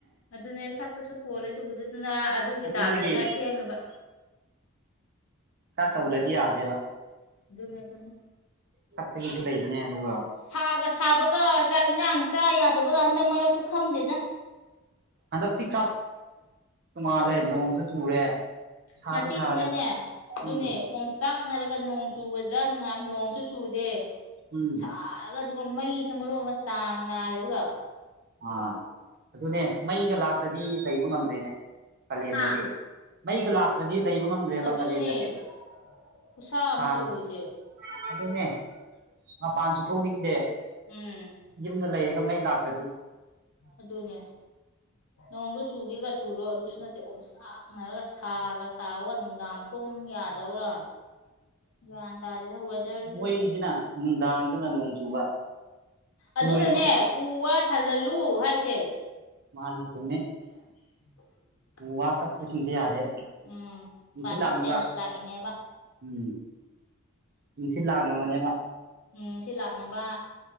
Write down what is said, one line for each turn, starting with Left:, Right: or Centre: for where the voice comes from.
Left: ꯑꯗꯨꯅꯦ ꯁꯛꯇꯁꯨ ꯄꯣꯜꯂꯦ ꯑꯗꯨꯕꯨꯗꯤ ꯑꯗꯨꯅ ꯑꯗꯨꯒꯤ
Right: ꯑꯗꯨꯗꯒꯤ
Left: ꯇꯥꯗꯅꯤꯡꯉꯥꯏ ꯁꯦꯝꯃꯤꯕ
Right: ꯀ ꯇꯧꯗꯗꯤ ꯌꯥꯗꯦꯕ
Left: ꯣꯅꯦ ꯣꯅꯦ
Right: ꯁꯛꯇꯒꯤꯁꯨ ꯂꯩꯕꯅꯦ ꯑꯗꯨꯒ
Left: ꯁꯥꯒ ꯁꯥꯕꯒ ꯆꯥꯛ ꯌꯦꯟꯁꯥꯡ ꯆꯥ ꯌꯥꯗꯕꯒ ꯍꯟꯗꯛ ꯃꯔꯛꯁꯨ ꯈꯪꯗꯦꯗ
Right: ꯍꯟꯗꯛꯇꯤ ꯈꯔ ꯀ ꯃꯥꯜꯂꯦ ꯅꯣꯡꯁꯨ ꯆꯨꯔꯦ ꯁꯥꯁꯨ
Left: ꯉꯁꯤꯁꯤꯅꯅꯦ
Right: ꯁꯥꯔꯦ
Left: ꯑꯗꯨꯅꯦ
Right: ꯎꯝ
Left: ꯑꯣꯝꯆꯥꯛ ꯊꯛꯅꯔꯒ ꯅꯣꯡ ꯆꯨꯒꯗ꯭ꯔꯥ ꯅ ꯉ ꯅꯣꯡꯁꯨ ꯆꯨꯗꯦ
Right: ꯎꯝ
Left: ꯌꯥꯔꯒ ꯑꯗꯨꯒ ꯃꯩꯁꯦ ꯃꯔꯨ ꯑꯃ ꯆꯥꯡ ꯅꯥꯏꯗꯕꯒ
Right: ꯑꯥ ꯑꯗꯨꯅꯦ ꯃꯩꯒ ꯂꯥꯛꯇꯗꯤ ꯂꯩꯕ ꯉꯝꯗꯣꯏꯅꯦ ꯀꯥꯂꯦꯟꯗꯗꯤ
Left: ꯍꯥ
Right: ꯃꯩꯒ ꯂꯥꯛꯇ꯭ꯔꯗꯤ ꯂꯩꯕ ꯉꯝꯗ꯭ꯔꯦꯕ
Left: ꯑꯗꯨꯅꯦ
Right: ꯀꯥꯂꯦꯟꯗꯗꯤ
Left: ꯈꯨꯠꯁꯥ ꯑꯃ
Right: ꯁꯥꯅꯤ
Left: ꯇꯧꯔꯤꯁꯦ
Right: ꯑꯗꯨꯅꯦ ꯃꯄꯥꯟꯁꯨ ꯊꯣꯛꯣꯡꯅꯤꯡꯗꯦ
Left: ꯎꯝ
Right: ꯖꯤꯗꯂ ꯌꯦꯒ ꯃꯩꯜ ꯂꯥꯛꯀꯗꯤ
Left: ꯑꯗꯨꯅꯦ ꯅꯣꯡꯗꯨ ꯆꯨꯒꯦꯒ ꯆꯨꯔꯣ ꯑꯗꯨꯁꯨ ꯅꯠꯇꯦ ꯑꯣꯝ ꯆꯥꯛꯅꯔꯒ ꯁꯥꯒ ꯁꯥꯥꯎꯕꯒ ꯅꯨꯡꯗꯥꯡ ꯄꯨꯝ ꯌꯥꯗꯕꯒ ꯒ꯭ꯌꯥꯟ ꯇꯥꯗꯦꯗ ꯋꯦꯗꯔꯁꯤꯁꯨ
Right: ꯃꯣꯏꯁꯤꯅ ꯅꯨꯡꯗꯥꯡꯗꯨꯅ ꯅꯣꯡ ꯆꯨꯕ ꯆꯨꯔꯣꯏꯗꯕ
Left: ꯑꯗꯨꯗꯅꯦ ꯎ ꯋꯥ ꯊꯥꯖꯤꯜꯂꯨ ꯍꯥꯏꯁꯦ
Right: ꯃꯥꯅꯦ ꯁꯃꯦ
Left: <inaudible>
Right: ꯎ ꯋꯥ ꯀꯛꯄ ꯁꯨꯝꯇ ꯌꯥꯗꯦ
Left: ꯎꯝ
Right: ꯅꯨꯡꯁꯤꯠ
Left: ꯀꯥꯏꯃꯦꯝ
Right: ꯂꯥꯡꯅꯕ
Left: ꯇꯦꯟꯁ ꯂꯥꯛꯏꯅꯦꯕ
Right: ꯎꯝ ꯅꯁꯤ ꯂꯒꯅ ꯃꯅꯦꯕ
Left: ꯎꯝ ꯁꯤ ꯂꯥꯛꯅꯕ